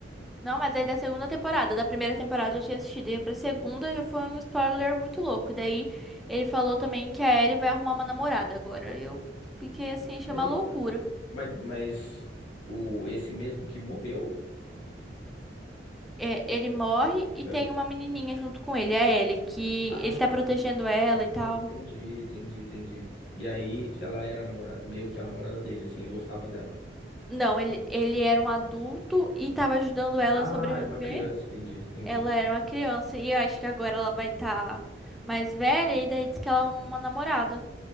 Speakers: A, in the centre; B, on the left.
A: Não, mas aí da segunda temporada, da primeira temporada eu já tinha assistido, e pra segunda já foi um spoiler muito louco. E daí ele falou também que a Ellie vai arrumar uma namorada agora. Eu fiquei assim, achei
B: Eita.
A: uma loucura.
B: Mas, mas o, esse mesmo que morreu?
A: É, ele morre e
B: Ah,
A: tem uma menininha junto com ele, a Ellie, que
B: Ah,
A: ele tá protegendo ela e tal.
B: entendi, entendi, entendi. E aí ela era a namorada, meio que a namorada dele, assim, ele gostava dela.
A: Não, ele, ele era um adulto e estava ajudando ela
B: Ah,
A: a sobreviver.
B: era uma criança, entendi, entendi.
A: Ela era uma criança e eu acho que agora ela vai estar mais velha e daí diz que ela é uma namorada.